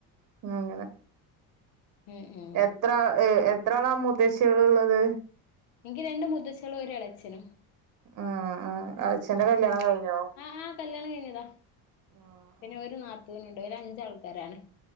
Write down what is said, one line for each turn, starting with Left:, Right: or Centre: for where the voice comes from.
Right: അങ്ങനെ
Left: ഉം ഉം
Right: എത്ര എത്ര ആളാ മൂത്തചികൾ ഉള്ളത്?
Left: എനിക്ക് രണ്ടു മുത്തച്ച്ചളും ഒര് ഇളച്ചനും.
Right: ആഹ് ആഹ് അഛന്റെ കല്യാണം കഴിഞ്ഞോ?
Left: ആഹ് ആഹ് കല്യാണം കഴിഞ്ഞതാ
Right: ആഹ്
Left: പിന്നെ
Right: ആഹ്
Left: ഒരു നാത്തവിനുണ്ട് ഒരു അഞ്ച ആൾക്കാരാണ്.